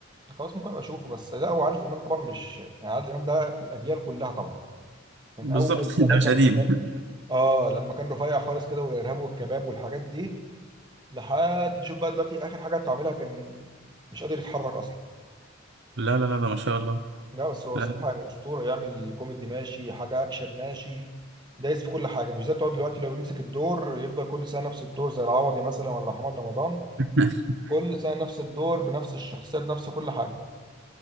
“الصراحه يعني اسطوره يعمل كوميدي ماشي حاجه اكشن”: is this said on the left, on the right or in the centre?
Right